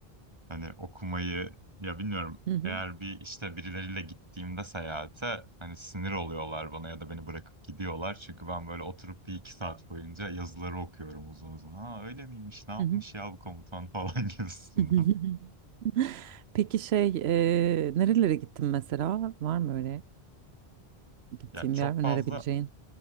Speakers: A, on the right; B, on the right.
A: Hani okumayı ya bilmiyorum.
B: Hı hı.
A: Eğer bir işte birileriyle gittiğimde seyahate hani sinir oluyorlar bana ya da beni bırakıp gidiyorlar. Çünkü ben böyle oturup bir iki saat boyunca yazıları okuyorum uzun uzun. Ha öyle miymiş ne yapmış
B: Hı hı.
A: ya bu komutan <laughs> falan gibisinden.
B: <laughs> Peki şey e, nerelere gittin mesela var mı öyle gittiğin
A: Ya çok
B: bir yer önerebileceğin?
A: fazla